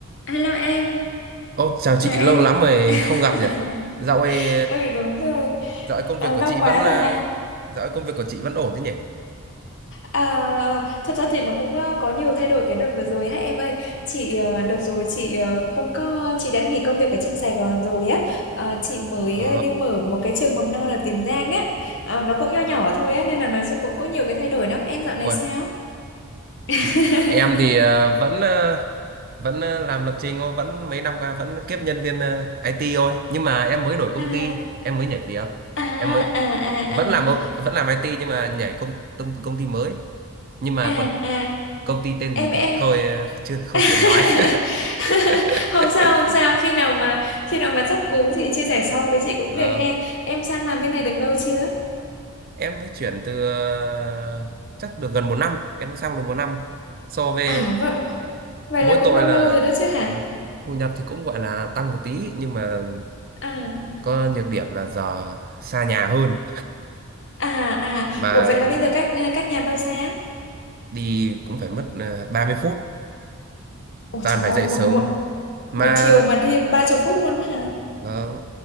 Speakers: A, on the left; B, on the right.
A: Hello em,
B: Ô, chào
A: chào
B: chị,
A: em.
B: lâu lắm rồi
A: <laughs>
B: không gặp nhỉ? Dạo ấy,
A: ừ đúng rồi
B: dạo ấy công
A: à,
B: việc
A: lâu
B: của chị
A: quá
B: vẫn,
A: rồi
B: ờ,
A: ha
B: dạo ấy công việc của chị vẫn ổn thế nhỉ?
A: à, thật ra thì nó cũng ờ, có nhiều thay đổi cái đợt vừa rồi ha em ơi chị ờ, đợt rồi chị ờ, không có chị đã nghỉ công việc ở trên Sài Gòn rồi á Ờ, chị mới
B: Ờ,
A: ờ, đi mở một cái trường mầm non ở Tiền Giang á Ờ, nó cũng nho nhỏ thôi á nên là nói chung cũng có nhiều cái thay đổi lắm em dạo này
B: ui,
A: sao <laughs>
B: chị, em thì ờ, vẫn, ờ, vẫn ờ, làm lập trình thôi, vẫn mấy năm qua vẫn kiếp nhân viên ờ, IT thôi. Nhưng mà em mới đổi công
A: à
B: ty, em mới nhảy việc,
A: à
B: em mới
A: à à
B: vẫn
A: à
B: làm ở- vẫn làm IT nhưng mà nhảy công công, công ty mới. Nhưng mà
A: à à
B: còn
A: à.
B: công ty tên gì
A: em
B: thì
A: em
B: thôi, ờ, chưa không
A: <laughs>
B: tiện nói. <laughs>
A: không sao không sao khi nào mà khi nào mà chắc cú thì chia sẻ sau với chị cũng
B: Vâng.
A: được he em sang làm bên này được lâu chưa
B: em mới chuyển từ ờ, chắc được gần một năm em mới sang được một năm so về
A: à vậy, vậy
B: mỗi
A: là cũng
B: tội
A: lâu
B: là
A: lâu rồi đó chứ hả
B: ừ, thu nhập thì cũng gọi là tăng một tí nhưng mà
A: à
B: có nhược điểm là giờ xa nhà hơn
A: à à
B: mà
A: ủa vậy là bây giờ cách à, cách nhà bao xa
B: đi cũng phải mất ờ, ba mươi phút
A: ủa
B: toàn
A: trời
B: phải
A: ơi
B: dậy sớm
A: một một
B: mà
A: một chiều mà đi ba chục phút luôn hả
B: vâng